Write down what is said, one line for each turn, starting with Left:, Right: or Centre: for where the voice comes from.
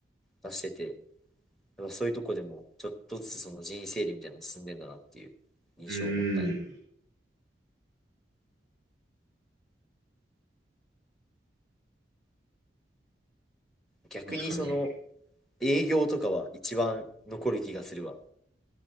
Centre: 出してて、やっぱそういうとこでも、ちょっとずつその人員整理みたいなのが進んでんだなっていう印象を持ったね。
Right: うん。
Centre: 逆にその
Right: 確かに。
Centre: 営業とかは一番残る気がするわ。